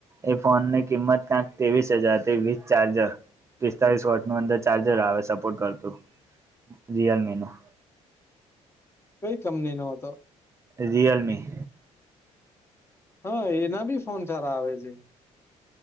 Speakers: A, on the right; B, on the left.
A: એ ફોનની કિંમત ક્યાંક ત્રેવીસ હજાર થી વીથ ચાર્જર પિસ્તાળીસ વોટ નું અંદર ચાર્જર આવે સપોર્ટ કરતું રિયલમી નું
B: કઈ કંપની નો હતો.
A: રીયલમી
B: હા એના બી ફોન સારા આવે છે.